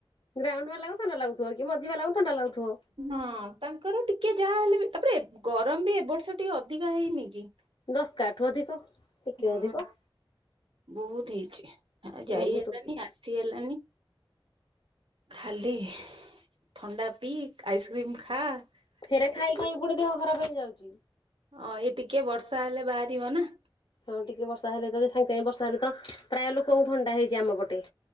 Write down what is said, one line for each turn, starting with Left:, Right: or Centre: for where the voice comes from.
Left: ଗ୍ରାଉଣ୍ଡ ବାଲାଙ୍କୁ ଥଣ୍ଡା ଲାଗୁଥିବ କି ମଝି ବାଲାଙ୍କୁ ଥଣ୍ଡା ଲାଗୁଥିବ।
Right: ହଁ ତାଙ୍କର ଟିକେ ଯାହା ହେଲେ ବି ତାପରେ ଗରମ ବି ଏବ ବର୍ଷ ଟିକେ ଅଧିକା ହେଇନି କି?
Left: ଦରକାରଠୁ ଅଧିକ। ଟିକେ
Right: ହଁ
Left: ଅଧିକ
Right: ବହୁତ ହେଇଛି ଆଉ ଯାଇ
Left: ଓହୋ
Right: ହେଲାନି
Left: ତୋତେ
Right: ଆସି ହେଲାନି। ଖାଲି ଥଣ୍ଡା ପିଇ ଆଇସ୍କ୍ରିମ ଖା।
Left: ଫେରେ ଖାଇ
Right: ଏଗୁଡା
Left: ଖାଇ ପୁଣି ଦେହ ଖରାପ ହେଇଯାଉଚି।
Right: ଅ ଏ ଟିକେ ବର୍ଷା ହେଲେ ବାହାରିବ ନା।
Left: ହଁ ଟିକେ ବର୍ଷା ହେଲେ ତ ସାଙ୍ଗେ ସାଙ୍ଗେ ବର୍ଷା ହେଲେ ତ ପ୍ରାୟ ଲୋକଙ୍କୁ ଥଣ୍ଡା ହେଇଚି ଆମ ପଟେ।